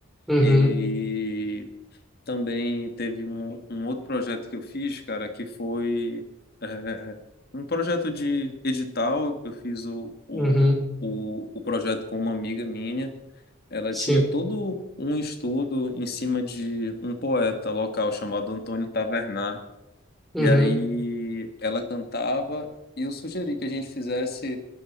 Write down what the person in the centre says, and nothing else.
uhum,
uhum,
sim,
uhum,